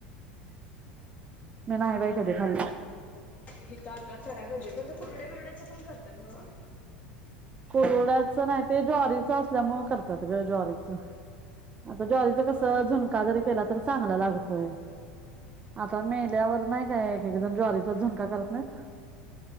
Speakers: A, on the right; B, on the left.
A: मी नाही बाई कधी खाल्लं.
B: हे तर आपल्याला करायला पाहिजे. खर तर कुरड्या बिरड्याच पण करतात नव्ह.
A: कोरड्याचं नाही ते ज्वारीच असल्यामुळे करतात ग ज्वारीच आता ज्वारीच कस झुणका जरी केला तरी चांगला लागतोय आता मेल्यावर
B: हं, हं,
A: नाही
B: हं.
A: काय एकक जण ज्वारीचाच झुणका करत नाहीत.